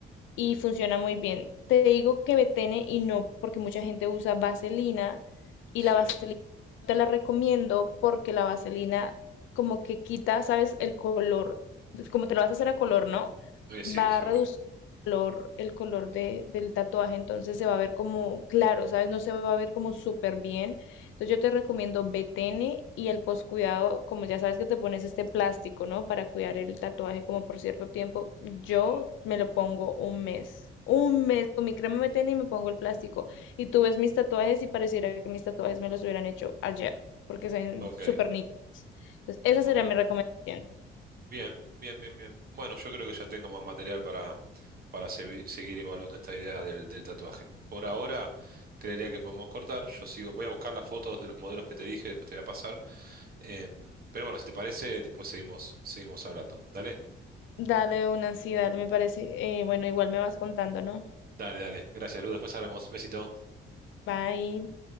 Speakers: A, on the left; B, on the right.
A: y funciona muy bien. Te digo que betene y no, porque mucha gente usa vaselina y
B: Sí.
A: la vaselina no te la recomiendo porque la vaselina como que quita, ¿sabes? El color, como te lo vas a hacer
B: Ujú.
A: a color, ¿no?
B: Eh, sí,
A: Va
B: seguro
A: a reducir
B: que sí.
A: el color, el color de, del tatuaje, entonces se va a ver como claro, ¿sabes? No se va a ver como súper bien entonces yo te recomiendo B T N y el postcuidado, como ya sabes que te pones este plástico, ¿no? Para cuidar el tatuaje como por cierto tiempo. Yo
B: Ujú.
A: me lo pongo un mes. Un mes con mi crema B T N y me pongo el plástico. Y tú ves mis tatuajes y pareciera que mis tatuajes me los hubieran hecho ayer, porque son
B: Ok,
A: súper nítidos. Entonces esa
B: ok.
A: sería mi recomendación.
B: Bien, bien, bien, bien. Bueno, yo creo que ya tengo más material para, para segui- seguir evaluando esta idea del, del tatuaje. Por ahora, creería que podemos cortar. Yo sigo, voy a buscar las fotos de los modelos que te dije, después te voy a pasar. Em, pero bueno, si te parece, después seguimos, seguimos hablando. Dale,
A: Dale una sí, dale, me parece. Eh, bueno, igual me vas contando, ¿no?
B: dale, dale. Gracias, Luz. Después hablamos. Besito.
A: Bye.